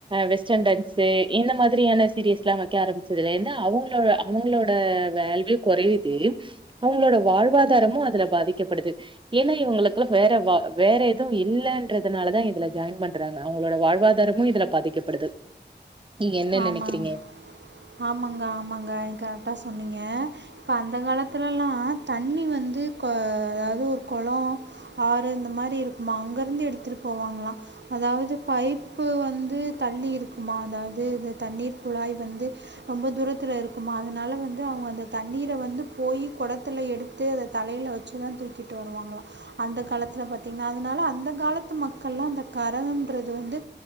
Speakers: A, on the right; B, on the right.
A: வெஸ்டன் டான்ஸு இந்த மாதிரியான சிரீஸ் எல்லாம் வைக்க ஆரம்பிச்சதுலேந்து அவங்களோட வேல்யூ குறையுது அவங்களோட வாழ்வாதாரமும் அதுல பாதிக்கப்படுது ஏன்னா இவங்களுக் வேற வேற எதுவும் இல்லன்றதுனால தான் இதுல ஜாயின் பண்றாங்க அவங்களோட வாழ்வாதாரமும் இதுல பாதிக்கப்படுது நீங்க என்ன
B: ஆமாங்
A: நெனைக்கிறீங்க
B: ஆமாங்க ஆமாங்க கரெக்டா சொன்னீங்க இப்ப அந்த காலத்துல எல்லா தண்ணி வந்து அதாவது ஒரு கொளம் ஆறு இந்த மாரி இருக்குமா அங்க இருந்து எடுத்துட்டு போவாங்களாம் அதாவுது பைப்பு வந்து தள்ளி இருக்குமா அதாது வந்து இந்த தண்ணீர் குழாய் வந்து ரொம்ப தூரத்துல இருக்குமா அதுனால வந்து அவங்க அந்த தண்ணீர வந்து போயி குடத்துல எடுத்து அத தலயில வச்சு தான் தூக்கிட்டு வருவாங்களா அந்த காலத்தில பாத்தீங்கன்னா அதுனால அந்த காலத்து மக்கள்லா அந்த கரகம்ன்றது வந்து